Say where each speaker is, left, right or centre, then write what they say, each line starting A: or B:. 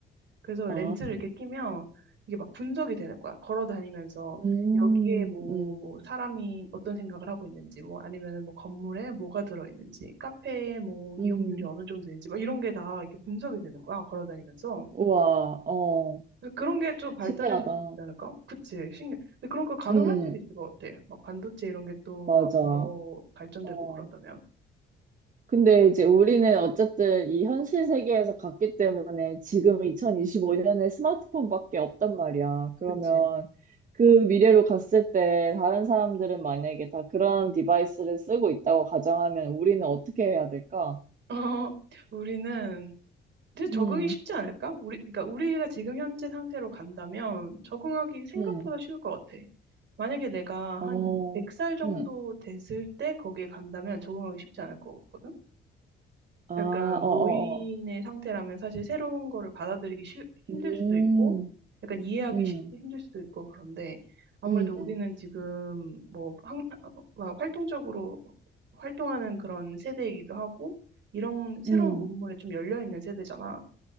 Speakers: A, on the right; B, on the right.
A: 그래서 렌즈를
B: 아,
A: 이렇게 끼면 이게 막 분석이 되는 거야. 걸어 다니면서
B: 음,
A: 여기에 뭐
B: 음,
A: 뭐 사람이 어떤 생각을 하고 있는지 뭐 아니면 뭐 건물에 뭐가 들어 있는지 카페에 뭐 이용률이
B: 음.
A: 어느 정도인지 막 이런 게 다 이렇게 분석이 되는 거야. 걸어 다니면서.
B: 우와, 어.
A: 그래서 그런 게 좀 발전했을
B: 신기하다.
A: 수도 있지 않을까? 그치, 신기해. 근데 그런 거 가능할
B: 음,
A: 수도 있을 것 같아. 막 반도체 이런 게 또
B: 맞아.
A: 막 더 발전되고
B: 어.
A: 그런다면.
B: 근데 이제 우리는 어쨌든 이 현실 세계에서 갔기 때문에 지금 2025년에 스마트폰밖에 없단 말이야. 그러면
A: 그치.
B: 그 미래로 갔을 때 다른 사람들은 만약에 다 그런 디바이스를 쓰고 있다고 가정하면 우리는 어떻게 해야 될까?
A: <laughs> 어, 우리는 이제 적응이
B: 음,
A: 쉽지 않을까? 우리, 그러니까 우리가 지금 현재 상태로 간다면 적응하기 생각보다
B: 음.
A: 쉬울 것 같아. 만약에 내가 한
B: 어,
A: 100살 정도
B: 음.
A: 됐을 때 거기에 간다면 적응하기 쉽지 않을 것 같거든?
B: 아, 어,
A: 약간
B: 어,
A: 노인의
B: 어.
A: 상태라면 사실 새로운 거를 받아들이기 쉬, 힘들
B: 음,
A: 수도 있고, 약간 이해하기
B: 음,
A: 쉬- 힘들 수도 있고, 그런데 아무래도
B: 음,
A: 우리는 지금 뭐, 항, 막 활동적으로 활동하는 그런 세대이기도 하고, 이런 새로운
B: 음,
A: 문물에 좀 열려있는 세대잖아.